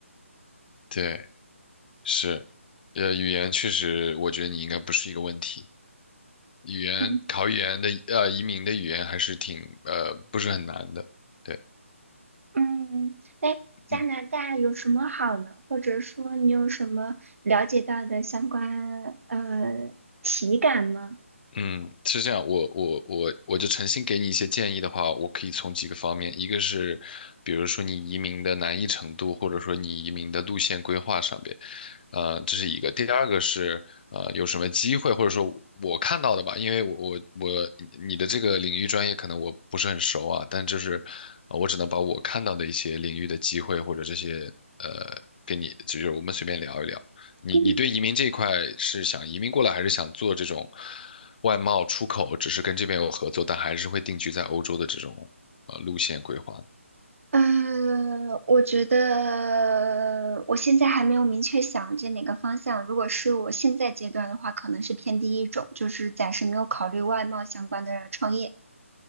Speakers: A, on the left (about 40°); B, on the right (about 70°).
A: 对，是，呃，语言确实，我觉得你应该不是一个问题。语言考语言的，
B: 嗯
A: 呃，移民的语言还是挺，呃，不是很难的，对，
B: 嗯，那加拿大有什么好呢？
A: 嗯。
B: 或者说你有什么了解到的相关呃体感吗？
A: 嗯，是这样，我我我我就诚心给你一些建议的话，我可以从几个方面，一个是，比如说你移民的难易程度，或者说你移民的路线规划上边，呃，这是一个。第二个是，呃，有什么机会，或者说我看到的吧，因为我我我你的这个领域专业可能我不是很熟啊，但就是呃我只能把我看到的一些领域的机会或者这些呃给你，就是我们随便聊一聊。你你对移民这一块是想移民过来，
B: <laughs>
A: 还是想做这种？外贸出口只是跟这边有合作，但还是会定居在欧洲的这种呃路线规划的
B: 嗯，我觉得我现在还没有明确想着哪个方向。如果是我现在阶段的话，可能是偏第一种，就是暂时没有考虑外贸相关的创业。